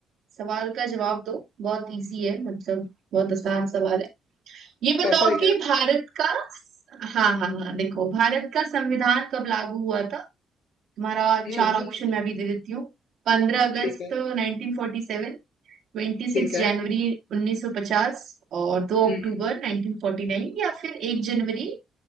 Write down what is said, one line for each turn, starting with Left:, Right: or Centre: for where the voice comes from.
Right: सवाल का जवाब दो बहुत इजी है मतलब बहुत आसान सवाल है ये
Left: ऐसा
Right: बताओ
Left: ही क्या
Right: कि भारत का हाँ हाँ हाँ देखो भारत का संविधान कब लागू हुआ था तुम्हारा
Left: हम्म,
Right: चार ऑप्शन मैं भी दे देती हूँ पंद्रह अगस्त
Left: ठीक है
Right: नाइनटीन फोर्टी सेवन ट्वेंटी
Left: ठीक
Right: सिक्स
Left: है
Right: जनवरी उन्नीस सौ पचास और दो
Left: हम्म,
Right: अक्टूबर नाइनटीन फोर्टी नाइन या फिर एक जनवरी